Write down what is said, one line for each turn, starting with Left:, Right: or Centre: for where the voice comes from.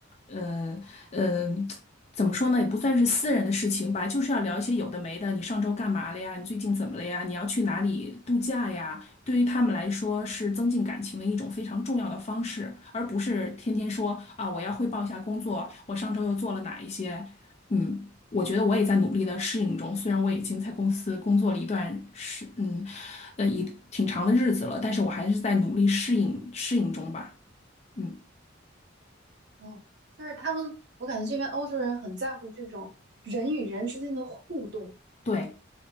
Left: 呃呃怎么说呢，也不算是私人的事情吧，就是要聊一些有的没的。你上周干嘛了呀？你最近怎么了呀？你要去哪里度假呀？对于他们来说，是增进感情的一种非常重要的方式，而不是天天说啊，我要汇报一下工作，我上周又做了哪一些。嗯，我觉得我也在努力的适应中，虽然我已经在公司工作了一段时，嗯，呃，一挺长的日子了，但是我还是在努力适应适应中吧。嗯，
Right: 哦，就是他们，我感觉这边欧洲人很在乎这种人与人之间的互动，
Left: 对。